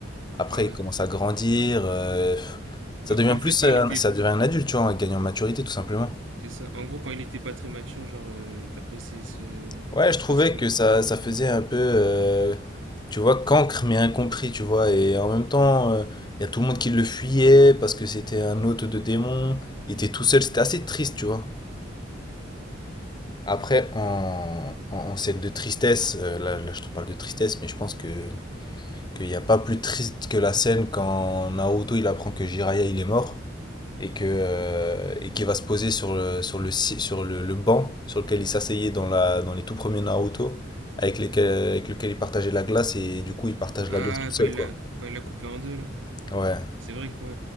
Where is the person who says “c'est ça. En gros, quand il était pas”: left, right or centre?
Right